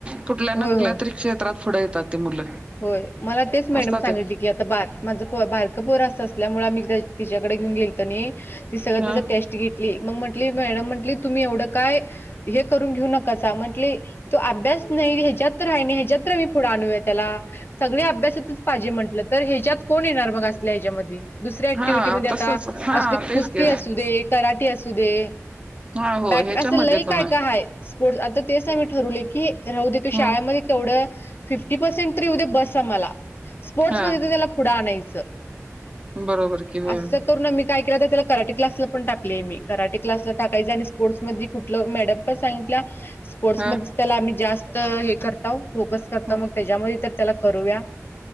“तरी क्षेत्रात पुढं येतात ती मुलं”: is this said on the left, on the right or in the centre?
Right